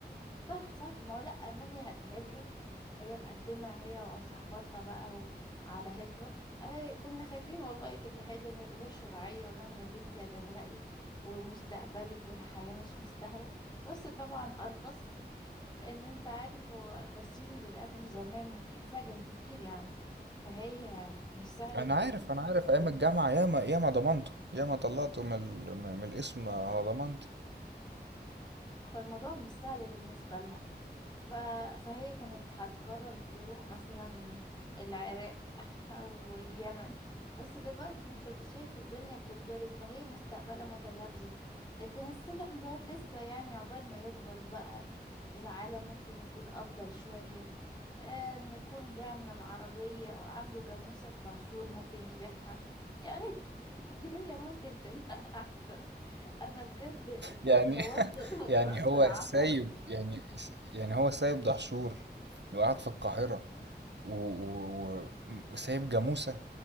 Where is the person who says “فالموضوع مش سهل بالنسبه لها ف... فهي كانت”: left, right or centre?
Left